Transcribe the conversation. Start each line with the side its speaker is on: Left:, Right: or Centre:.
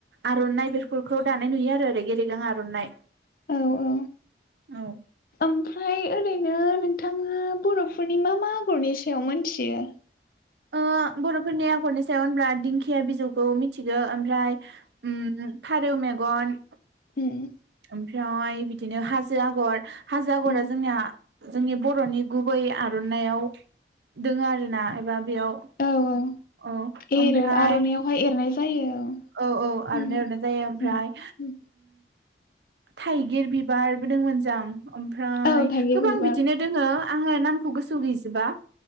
Right: आर'नाइ बेफोरखौ दानाय नुयो आरो रेग रेगां। मोनाय।
Left: औ औ
Right: औ
Left: ओमफ्राय ओरैनो नोंथाङा बर'फोरनि मा मा आगरनि सायाव मोनथियो?
Right: ओ बर'फोरनि आगरनि <unintelligible> होनब्ला दिंखिया बिजौखौ मिथिगौ ओमफ्राय ओम फारौ मेगन
Left: ओम
Right: ओमफ्राय बि <unintelligible> हाजो आग'र हाजो आगरा
Left: उम
Right: जोंनिया जोंनि बर'नि गुबै आर'नायाव दङ आरोना एबा बेयाव
Left: औ औ
Right: औ
Left: एरो
Right: ओमफ्राय
Left: आर'नाइयावहाय एरनाय जायो
Right: औ औ
Left: उम
Right: आर'नाइ एरनाय जायो ओमफ्राय
Left: उम उम
Right: थाइगिर बिबारबो दंमोनजां ओमफ्राय
Left: औ थाइगिर
Right: गोबां
Left: बिबार
Right: बिदिनो दोङ आङो नामखौ गोसोआव गैजोबा